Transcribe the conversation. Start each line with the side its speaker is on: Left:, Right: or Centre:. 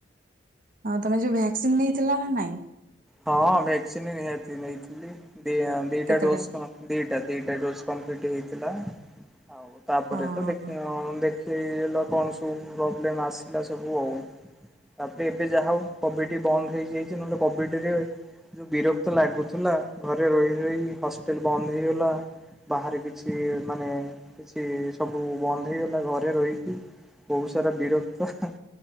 Right: ହଁ ତମେ ଯୋଉ ଭ୍ୟାକ୍ସିନ ନେଇଥିଲ ନା ନାଇଁ?
Centre: ହଁ ଭ୍ୟାକ୍ସିନ ନିହାତି ନେଇଥିଲି ଦି ଆଁ ଦିଟା
Right: କେତେଟା?
Centre: ଡୋଜ କଁ ଦିଟା ଦିଟା ଡୋଜ କମ୍ପ୍ଲିଟି ହେଇଥିଲା ଆଉ ତାପରେ
Right: ହଁ
Centre: ତ ଦେଖ ଅଁ ଅଁ ଦେଖ ତେ ଇଏଲ କଣ ସବୁ ପ୍ରୋବ୍ଲେମ ଆସିଲା ସବୁ ଆଉ। ତାପରେ ଏବେ ଯାହା ହଉ କୋଭିଡ଼ି ବନ୍ଦ ହେଇଯାଇଚି ନହେଲେ କୋଭିଡ଼ ସେତିକବଳେ ଯୋଉ ବିରକ୍ତ ଲାଗୁଥୁଲା ଘରେ ରହି ରହି ହଷ୍ଟେଲ ବନ୍ଦ ହେଇଗଲା। ବାହରେ କିଛି ମାନେ କିଛି ସବୁ ବନ୍ଦ ହେଇଗଲା ଘରେ ରହିକି ବହୁ ସାରା ବିରକ୍ତ ହାଁ